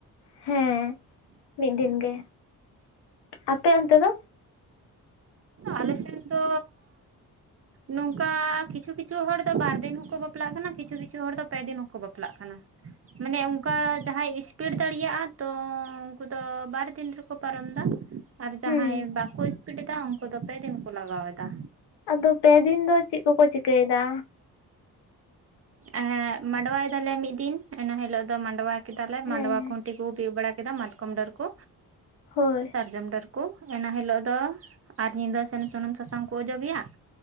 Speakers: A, on the left; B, on the right.
A: ᱦᱮᱸ ᱢᱤᱫ ᱫᱤᱱ ᱜᱮ ᱟᱯᱮ ᱚᱱᱛᱮ ᱫᱚ
B: ᱟᱞᱮ ᱥᱮᱱ ᱫᱚ ᱱᱚᱝᱠᱟ ᱠᱤᱪᱷᱩ ᱠᱤᱪᱷᱩ ᱦᱚᱲ ᱫᱚ ᱵᱟᱨ ᱫᱤᱱ ᱦᱚᱸ ᱠᱚ ᱵᱟᱯᱞᱟᱜ ᱠᱟᱱᱟ ᱠᱤᱪᱷᱩ ᱠᱤᱪᱷᱩ ᱦᱚᱲ ᱫᱚ ᱯᱮ ᱫᱤᱱ ᱦᱚᱸ ᱠᱚ ᱵᱟᱯᱞᱟᱜ ᱠᱟᱱᱟ ᱢᱟᱱᱮ ᱚᱱᱠᱟ ᱡᱟᱦᱟᱭ ᱤᱥᱯᱤᱰ ᱫᱟᱲᱤᱭᱟᱜ-ᱟ ᱛᱚ ᱩᱱᱠᱩ ᱫᱚ ᱵᱟᱨ ᱫᱤᱱ ᱨᱮ ᱠᱚ ᱯᱟᱨᱚᱢ ᱫᱟ ᱟᱨ ᱡᱟᱦᱟᱭ
A: ᱦᱩᱸ
B: ᱵᱟᱠᱚ ᱤᱥᱯᱤᱴ ᱮᱫᱟᱹ ᱩᱱᱠᱩ ᱫᱚ ᱯᱮ ᱫᱤᱱ ᱠᱚ ᱞᱟᱜᱟᱣ ᱮᱫᱟᱹ
A: ᱟᱫᱚ ᱯᱮ ᱫᱤᱱ ᱫᱚ ᱪᱮᱫ ᱠᱚᱠᱚ ᱪᱤᱠᱟ ᱭᱮᱫᱟᱹ
B: ᱮ ᱢᱟᱸᱰᱣᱟᱭ ᱭᱮᱫᱟᱞᱮ ᱢᱤᱫ ᱫᱤᱱ ᱤᱱᱟ ᱦᱤᱞᱳᱜ ᱫᱚ ᱢᱟᱸᱰᱣᱟ ᱠᱮᱫᱟᱞᱮ
A: ᱦᱮᱸ
B: ᱢᱟᱸᱰᱣᱟ ᱠᱷᱩᱱᱴᱤ ᱠᱚ ᱵᱤᱫ ᱵᱟᱲᱟ ᱠᱮᱫ ᱠᱮᱫᱟ ᱢᱟᱛᱠᱚᱢ ᱰᱟᱹᱨ ᱠᱚ
A: ᱦᱳᱭ
B: ᱥᱟᱨᱡᱚᱢ ᱰᱟᱹᱨ ᱠᱚ, ᱮᱱᱟ ᱦᱤᱞᱳᱜ ᱫᱚ, ᱟᱨ ᱧᱤᱫᱟᱹ ᱥᱮᱱ ᱥᱩᱱᱩᱢ ᱥᱟᱥᱟᱝ ᱠᱚ ᱚᱡᱚ ᱜᱮᱭᱟ᱾